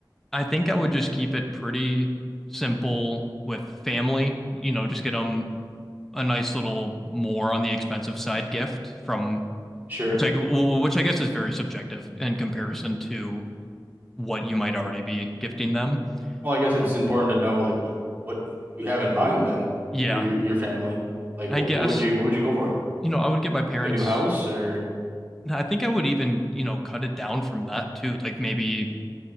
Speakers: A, in the centre; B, on the right (about 25°).
A: I think I would just keep it pretty simple with family, you know, just get them a nice little more on the expensive side gift from
B: Sure.
A: which I which I guess is very subjective in comparison to what you might already be gifting them.
B: Well, I guess
A: Um,
B: it's important to know like what what you have in mind then
A: yeah,
B: for your, your family. Like
A: I
B: what,
A: guess,
B: what would you what would you go for?
A: you know, I would get my parents.
B: A new house or
A: I think I would even, you know, cut it down from that too. Like maybe,